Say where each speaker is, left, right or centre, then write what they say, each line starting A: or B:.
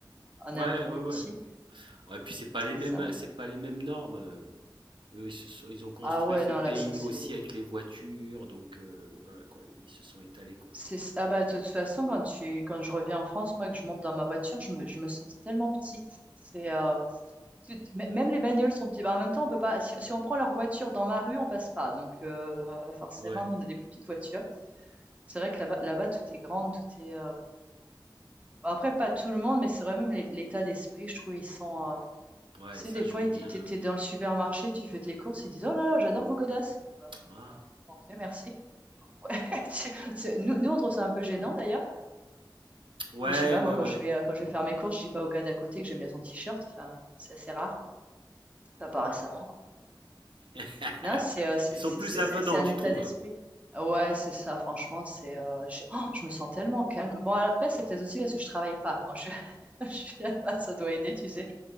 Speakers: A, on the right; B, on the right.
A: on
B: Ouais,
A: est un peu
B: ouais,
A: plus
B: ouais.
A: petit,
B: Ouais, puis c'est pas
A: c'est
B: les mêmes
A: ça.
B: c'est pas les mêmes normes. euh. Eux, ils se sont- ils ont construit
A: Ah ouais,
B: ce
A: non,
B: pays
A: là, ça c'est.
B: aussi avec les voitures, donc euh, voilà quoi, ils se sont étalés quoi.
A: C'est, s- ah bah, de toute façon, quand tu, quand je reviens en France, moi, que je monte dans ma voiture, je me, je me sens tellement petite. C'est, euh, tu- tu- m- même les bagnoles sont petites. Bah, en même temps, on peut pas, si, si on prend leur voiture dans ma rue, on passe pas. Donc, euh, forcément,
B: Ouais.
A: nous, on a des plus petites voitures. C'est vrai que là-bas, là-bas, tout est grand, tout est, euh, Après, pas tout le monde, mais c'est vrai, même l'é- l'état d'esprit, je trouve, ils sont, euh,
B: Ouais,
A: Tu sais,
B: ça
A: des
B: je
A: fois,
B: veux
A: ils
B: bien.
A: di- t'es, t'es dans le supermarché, tu fais tes courses, ils disent, Oh là là, j'adore vos godasses. Bah,
B: Ah.
A: bah, ok, merci. <laughs> Tu- C'est- Nous, nous, on trouve ça un peu gênant, d'ailleurs.
B: Ouais,
A: Enfin, je sais pas,
B: ouais,
A: moi,
B: ouais.
A: quand je vais, euh, quand je vais faire mes courses, je dis pas au gars d'à côté que j'aime bien son t-shirt. Enfin, c'est assez rare. Enfin, pas récemment, quoi.
B: <laughs>
A: Non, c'est euh, c'est
B: Ils sont
A: c'est-
B: plus
A: c'est-
B: avenants,
A: c'est- c'est un
B: tu
A: état
B: trouves?
A: d'esprit. Ouais, c'est ça, franchement, c'est euh, j'ai- oh, je me sens tellement calme. Bon, après, c'est peut-être aussi parce que je travaille pas. Quand je, <laughs> je suis là-bas, ça doit aider, tu sais.